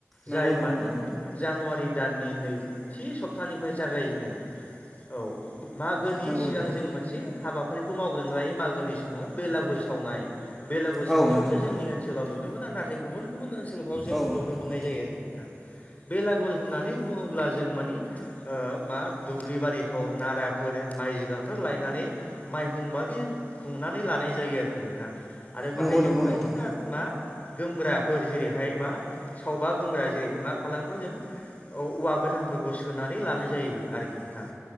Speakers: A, in the centre; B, on the left.
A: नंगौ
B: जाय
A: नंगौ
B: मानि
A: नोंथां
B: जानुवारि दाननि नैथि सप्तानिफ्राय जागायजेनो औ। मागोनि
A: नंगौ
B: सिगां
A: नंगौ नोंथां
B: जों मोनसे हाबा फारिखौ मावग्रोना लायो मागोनि समाव बेलागुर सावनाय बेलागुर
A: औ
B: सावनायखौथ'
A: नंगौ नोंथां
B: जोंनि ओनसोलाव नुनो मोना नाथाय गुबुन गुबुन ओनसोलफ्राव जों
A: औ
B: नुनो
A: नंगौ नोंथां
B: मोननाय जायो आरोखि नोंथां। बेलागुर होननानै बुङोब्ला जों मानि ओ मा दुब्लि बारिफ्राव नारा फोर माइ जिगाबफोर लायनानै माइहुंबादि खुंनानै लानाय जायो आरोखि नोंथां। आरो
A: नंगौ
B: बेाहाय जों
A: नंगौ
B: बायदिसिना
A: नोंथां
B: मा गोमग्राफोर जेरैहाय मा सावबा गोमग्रा जेरै मा खालामो जों औ औवा गोथांफोरखौ सोनानै लानाय जायो आरोखि नोंथां।